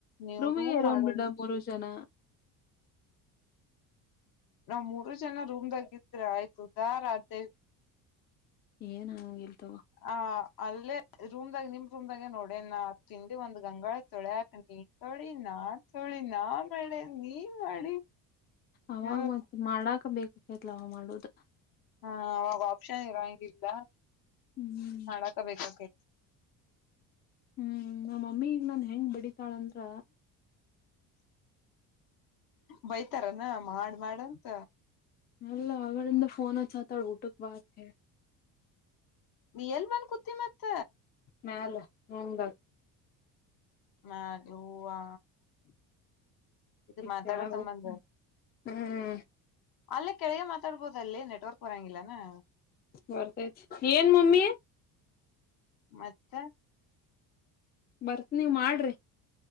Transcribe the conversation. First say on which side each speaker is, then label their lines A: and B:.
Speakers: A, on the left; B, on the left.
A: ನೀವು
B: ರೂಮಿಗೆ
A: ರೂಮ್
B: ಇರೋನ್
A: ಮಾಡೋನು.
B: ಬಿಡ ಮೂರು ಜನ.
A: ನಾವ್ ಮೂರು ಜನ ರೂಮ್ದಾಗ ಇದ್ರ ಆಯ್ತು ಉದಾರ ಆಗ್ತೇವಿ.
B: ಏನ್ ಆಗಾಂಗಿಲ್ಲ ತೊಗೊ.
A: ಆ ಅಲ್ಲೇ ರೂಮ್ದಾಗ ನಿಮ್ ರೂಮ್ದಾಗೆ ನೋಡೆನ ತಿಂಡಿ ಒಂದ್ ಗಂಗಾಳ ತೊಲ್ಯಾಕ್ ತೊಳಿ ನಾ ತೊಳಿ ನಾ ಮಾಡೆ ನೀ ಮಾಡಿ.
B: ಅವಾಗ
A: ಹ
B: ಮತ್ತ್ ಮಾಡಕ ಬೇಕಕೈತ್ಲ ಅವಾಗ್ ಮಾಡದು.
A: ಹಾ ಅವಾಗ ಆಪ್ಷನ್ ಇರಂಗಿಲ್ಲ
B: ಹ್ಮ್
A: ಮಾಡಕಬೇಕ ಆಗೇಕ್ಯ.
B: ಹ್ಮ್ ನಮ್ಮ ಮಮ್ಮಿಗ್ ನನ್ ಹೆಂಗ್ ಬಡಿತಾಳಂದ್ರ.
A: ಬೈತಾರನಾ ಮಾಡ ಮಾಡಂತ.
B: ಅಲ್ಲ ಆಗಳಿಂದ ಫೋನ್ ಹಚಾತಾಳ ಊಟಕ್ ಬಾ ಅಂತ ಹೇಳಿ.
A: ನಿ ಎಲ್ ಬಂದ ಕುೂತಿ ಮತ್ತ.
B: ಮ್ಯಾಲ ರೂಮ್ದಾಗ್.
A: ಮ್ಯಾಗ ಯವ್ವಾ ಇದ
B: ಈಗ
A: ಮಾತಾಡೋ
B: ಕೆಳಗ
A: ಸಂಬಂಧ.
B: ಹೋಗ್ ಹ್ಮ್.
A: ಅಲ್ಲೇ ಕೆಳಗೆ ಮಾತಾಡ್ಬೋದು ಅಲ್ಲಿ ನೆಟ್ವರ್ಕ್ ಹೊರಂಗಿಲ್ಲ ಏನ.
B: ಬರ್ತೈತಿ ಏನ್ ಮಮ್ಮಿ.
A: ಮತ್ತ.
B: ಬರ್ತ್ನ ನೀವ ಮಾಡ್ರಿ